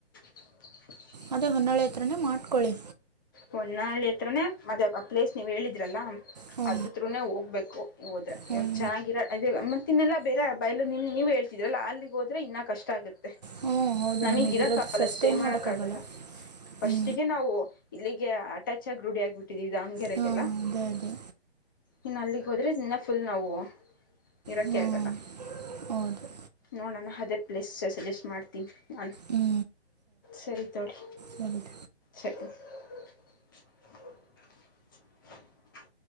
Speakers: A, on the left (about 20°); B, on the right (about 40°).
A: <inaudible>
B: ಅದೇ ಹೊನ್ನಾಳೆ ಹತ್ರನೇ ಮಟ್ಕೊಳ್ಳಿ
A: ಹೊನ್ನಾಳಿ ಹತ್ರನೇ ಅದೇ ಆ ಪ್ಲೇಸ್ ನೀವ್ ಹೇಳಿದ್ರಲ್ಲ
B: ಹ್ಞೂ
A: ಅದ್ರು ತೃನೇ ಹೋಗ್ಬೇಕು ಹೋದ್ರೆ
B: ಹ್ಞೂ
A: ಇವ ಚೆನ್ನಾಗಿರ ತಿನ್ನೆಲ್ಲ ಬೇರೆ ಬಯಲು ನಿಮ ನೀವ ಹೇಳ್ತಿದ್ರಲ್ಲ ಅಲ್ಲಿಗೆೋದ್ರೆ ಇನ್ನೂ ಕಷ್ಟ ಆಗುತ್ತೆ
B: ಹ್ಞೂ ಹೌದು
A: ನಮಗೆ
B: ನಿಮಗಿರೋದು
A: ಇರಕ್ಕೆ ಆಗಲ್ಲ
B: ಸಸ್ಟೈನ್
A: ಸೇ ಮಾಡಕ್
B: ಮಾಡೋಕ್ಕಾಗಲ್ಲ
A: ಆಗಲ್ಲ ಫಸ್ಟಿಗೆ
B: ಹ್ಞೂ
A: ನಾವು ಇಲ್ಲಿಗೆ ಅಟಾಚ್ ಹಾಗಿ ರೂಢಿ ಆಗ್ಬಿಟ್ಟು ದಾವಣ್ಗೆರೆಗೆಲ್ಲ
B: ಹಾಂ ಅದೇ ಅದೇ
A: ಇನ್ನು ಅಲ್ಲಿಗೆ ಹೋದ್ರೆ ಇದನ್ನ ಫುಲ್ ನಾವು ಇರೋಕೆ
B: ಹ್ಞೂ
A: ಆಗಲ್ಲ
B: ಹೌದು
A: ನೋಡೋಣ ಅದೇ ಪ್ಲೇಸ್ ಸಜೆಸ್ಟ್ ಮಾಡ್ತೀನಿ ನನ್
B: ಹ್ಞೂ
A: ಸರಿ ತಕೊ
B: ಸರಿ
A: ಸರಿ <inaudible>